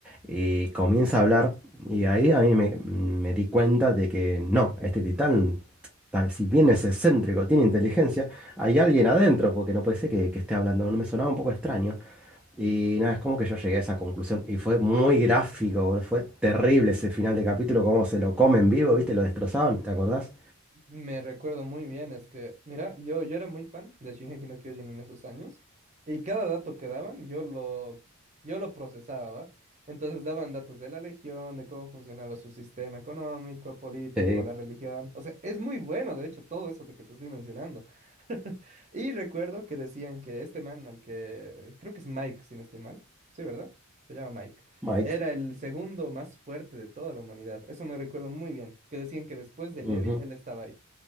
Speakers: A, in the centre; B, on the right (about 35°).
A: y comienza a hablar, y ahí a mí me, me di cuenta de que no, este titán, tal- si bien es excéntrico, tiene inteligencia, hay alguien adentro, porque no puede ser que, que esté hablando, no me sonaba un poco extraño. Y nada, es como que yo llegué a esa conclusión. Y fue muy gráfico, boludo, Fue terrible ese final de capítulo, cómo se lo comen vivo, ¿viste? Lo destrozaban, ¿te acordás?
B: Me recuerdo muy bien, es que, mira, yo, yo era muy fan de Shingeki no Kyojin en esos años, y cada dato que daban, yo lo, yo lo procesaba, ¿va? Entonces daban datos de la legión, de cómo funcionaba su sistema económico, político,
A: Sí,
B: la religión. O sea, es muy bueno, de hecho, todo eso de que te estoy mencionando. <laughs> Y recuerdo que decían que este man, al que creo que es Mike, si no estoy mal, sí, ¿verdad? Se llama Mike.
A: Mike.
B: Era el segundo más fuerte de toda la humanidad. Eso me recuerdo muy bien, que decían que después de
A: Ujú.
B: Levi, él estaba ahí.